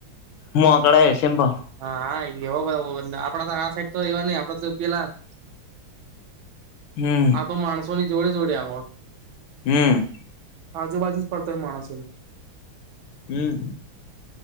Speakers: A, on the left; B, on the right.
A: મોકળા <unintelligible>
B: હા હા એવા બધા આપડા તો આ સાઈડ તો એવા નઈ આપણા તો પેલા <inaudible>
A: હમ્મ.
B: આ તો માણસો ની જોડે જોડે આવ હો
A: હમ્મ.
B: આજુબાજુ જ પડતો હોય માણસની
A: હમ્મ.